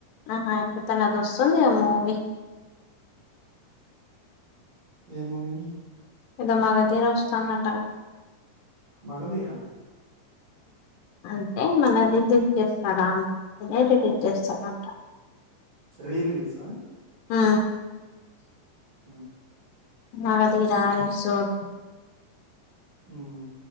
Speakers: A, on the left; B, on the right.
A: ఆహా ఇంక తనది వస్తుంది ఆ మూవీ
B: ఏ మూవీ
A: ఏదో మాగాధీర వస్తుందంట
B: మగధీరానా
A: అంటే మనం రిజీవ్ చేస్తాారా అనే రిలీీవ్ చేస్తాడు అంట
B: రీ రిలీస్ ఆ
A: ఆ
B: ఆ
A: నాగదిగ రారు సోడు
B: మ్మ్